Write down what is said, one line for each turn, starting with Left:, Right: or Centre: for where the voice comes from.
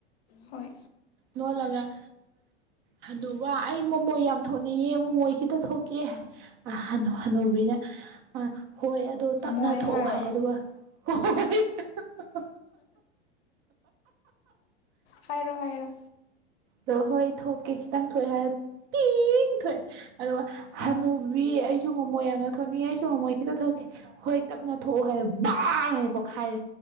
Left: ꯍꯣꯏ
Right: ꯂꯣꯠꯂꯒ ꯑ ꯍꯅꯨꯕ ꯑꯩ ꯃꯣꯃꯣꯏ ꯌꯥꯝ ꯊꯣꯛꯅꯤꯡꯉꯦ ꯃꯣꯃꯣꯏ ꯈꯤꯇ ꯊꯣꯛꯀꯦ ꯑ ꯍꯅꯨꯕꯤꯅ ꯑ ꯍꯣꯏ ꯑꯗꯣ ꯇꯞꯅ
Left: ꯃꯣꯏ
Right: ꯊꯣꯛꯑꯣ
Left: ꯍꯥꯏꯔꯣ
Right: ꯍꯥꯏ ꯑꯗꯨꯒ ꯍꯣꯍꯣꯏ <unintelligible>
Left: ꯍꯥꯏꯔꯣ-ꯍꯥꯏꯔꯣ
Right: ꯗ ꯍꯣꯏ ꯊꯣꯛꯀꯦ ꯈꯤꯇꯪ ꯊꯣꯛꯑꯦ ꯍꯥꯏꯔꯦ ꯄꯤꯡ ꯊꯣꯛꯑꯦ ꯑꯗꯨꯒ ꯍꯅꯨꯕꯤ
Left: ꯑꯥ
Right: ꯑꯩꯁꯨ ꯃꯣꯃꯣꯏ ꯌꯥꯝꯅ ꯊꯣꯅꯤꯡꯉꯦ ꯑꯩꯁꯨ ꯃꯣꯏ ꯈꯤꯇꯥ ꯊꯣꯛꯀꯦ ꯍꯣꯏ ꯇꯞꯅ ꯊꯣꯛꯑꯣ ꯍꯥꯏꯔꯦ ꯕꯥꯡ ꯍꯥꯏ ꯄꯣꯈꯥꯏꯔꯦ